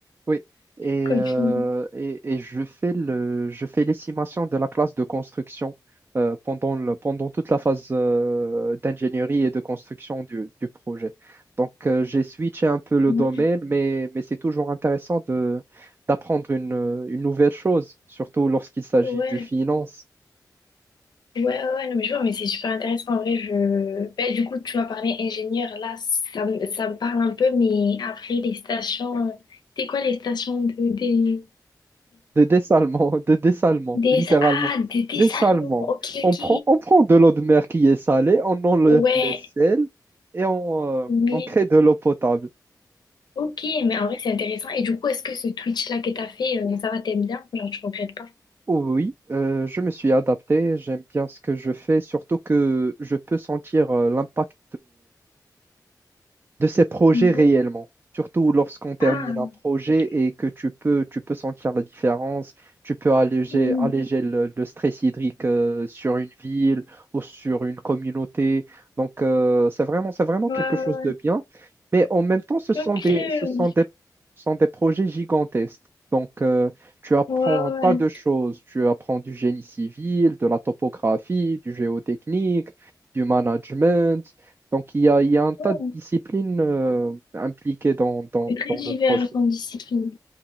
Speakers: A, on the right; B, on the left.
A: oui, et,
B: Continue.
A: euh, et, et je fais le, je fais l'estimation de la classe de construction euh, pendant le, pendant toute la phase euh, d'ingénierie et de construction du, du projet. Donc, euh, j'ai switché un peu le
B: Ouais.
A: domaine, mais, mais c'est toujours intéressant de, d'apprendre une, une nouvelle chose, surtout lorsqu'il s'agit
B: Ouais.
A: du finance.
B: Ouais, ouais, ouais. non, mais je vois, mais c'est super intéressant. En vrai, je. Ben, du coup, tu m'as parlé ingénieur. Là, ça, me- ça me parle un peu, mais après, les stations. euh, C'était quoi les stations de, des.
A: de dessalement, de dessalement,
B: Des,
A: littéralement.
B: ah, des, des
A: Dessalement.
B: salmons, ok,
A: On
B: ok.
A: prend, on prend de l'eau de mer qui est salée, on enlève
B: Ouais,
A: les sels et on, euh,
B: oui
A: on crée de l'eau potable.
B: ok, mais en vrai, c'est intéressant. Et du coup, est-ce que ce Twitch-là que t'as fait, euh, ça va, t'aimes bien? Genre, tu regrettes pas?
A: Oh oui, euh, je me suis adapté, j'aime bien ce que je fais, surtout que je peux sentir euh, l'impact de ces projets
B: Mhm.
A: réellement. Surtout lorsqu'on termine
B: Ah,
A: un projet
B: ok.
A: et que tu peux, tu peux sentir la différence, tu peux alléger,
B: hmm.
A: alléger le, le stress hydrique euh, sur une ville ou sur une communauté. Donc, euh, c'est vraiment, c'est vraiment
B: Ouais,
A: quelque
B: ouais,
A: chose de bien. Mais en même temps, ce sont
B: ouais. ok.
A: des, ce sont des, ce sont des projets gigantesques. Donc, euh, tu apprends
B: Ouais,
A: un tas
B: ouais.
A: de choses. Tu apprends du génie civil, de la topographie, du géotechnique, du management. Donc, il y a, il y a un tas
B: ouais.
A: de disciplines euh, impliquées dans, dans,
B: C'est très
A: dans
B: divers
A: le procès.
B: comme discipline.